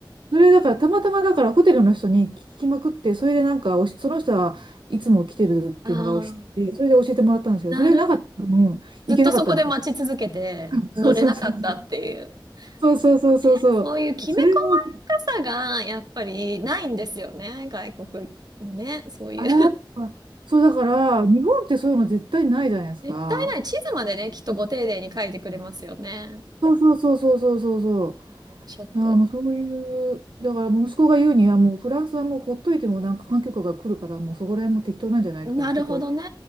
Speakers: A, on the right (about 75°); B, on the right (about 55°).
A: それだから、たまたまだからホテルの人に聞きまくって、それでなんかおし、その人はいつも来てるっていうのが知って、
B: ああ、
A: それで教えてもらったんですけど、
B: なるほど。
A: それなかったら、うん、
B: ずっとそこで待ち続けて乗れなかったっていう。
A: 行けなかったんですよね。そうそうそうそう。そうそうそうそうそう。
B: もうねそういうきめ細やかさがやっぱりないんですよね。
A: それも、
B: 外国行くのね。そういう。
A: あ、やっぱ、
B: <laughs>
A: そうだから、日本ってそういうの絶対ないじゃないですか。
B: 絶対ない。地図までね、きっとご丁寧に書いてくれますよね。
A: そうそうそうそうそうそうそ
B: でもショック。
A: う。ああ、もうそういう、だから息子が言うには、もうフランスはもうほっといてもなんか環境下が来るから、もうそこら辺も適当なんじゃないとか言ってて。
B: なるほどね。